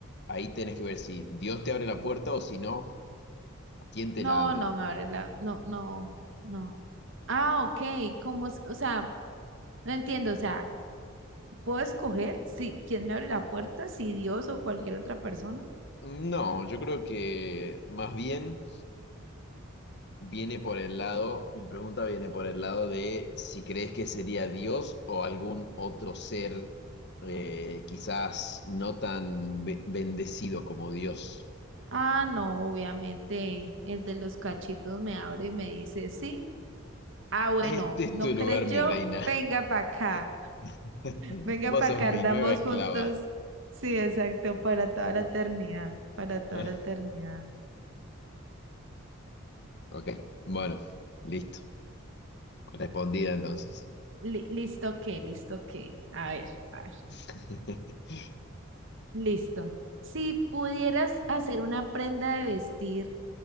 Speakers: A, on the left; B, on the right.
A: ahí tenés que ver si Dios te abre la puerta o si no, ¿quién te
B: No,
A: la abre?
B: no me abre la, no, no, no. Ah, ok, como, s- o sea, no entiendo, o sea, ¿puedo escoger si quién me abre la puerta, si Dios o cualquier
A: Mm,
B: otra persona?
A: No, yo creo que más bien... Viene por el lado, mi pregunta viene por el lado de si crees que sería Dios o algún otro ser eh, quizás no tan be- bendecido como Dios.
B: Ah, no, obviamente el de los cachitos me abre y me dice, sí. Ah,
A: <laughs>
B: bueno,
A: Este es
B: no
A: tu
B: creyó,
A: lugar, mi reina.
B: venga para acá.
A: <laughs>
B: Venga
A: Vos
B: para
A: sos
B: acá,
A: mi
B: ardamos
A: nueva esclava.
B: juntos. Sí, exacto, para toda la eternidad, para toda
A: <laughs>
B: la eternidad.
A: Ok, bueno, listo. Respondida entonces.
B: Li- listo qué, listo qué. A ver, a ver.
A: <laughs>
B: Listo. Si pudieras hacer una prenda de vestir,